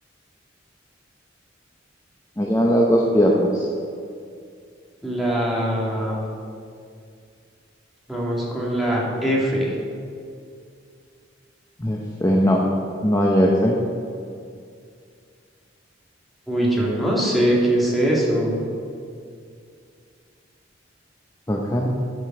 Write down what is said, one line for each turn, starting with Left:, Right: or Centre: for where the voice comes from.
Left: Allá en las dos piernas.
Centre: La, vamos con la F.
Left: F, no, no hay F.
Centre: Uy, yo no sé qué es eso.
Left: Toca